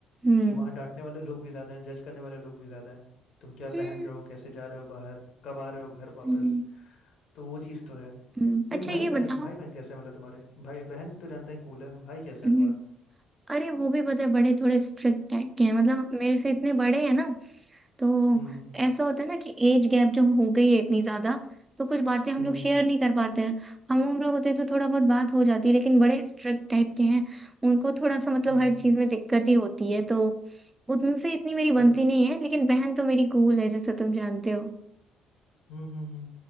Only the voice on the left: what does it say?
कि वहाँ डांटने वाले लोग भी ज्यादा हैं जज करने वाले लोग भी ज्यादा हैं तुम क्या पहन
रहे हो कैसे जा रहे हो बाहर कब आ रहे हो घर वापस
तो वो चीज़ तो है
लेकिन
भाई
बहन
भाई बहन कैसे हैं मतलब तुम्हारे भाई बहन तो जानते हैं कूल है भाई कैसा
है तुम्हारा
हम्म हम्म हम्म
हम्म
हम्म हम्म,
हम्म,
मतलब
हम्म हम्म हम्म।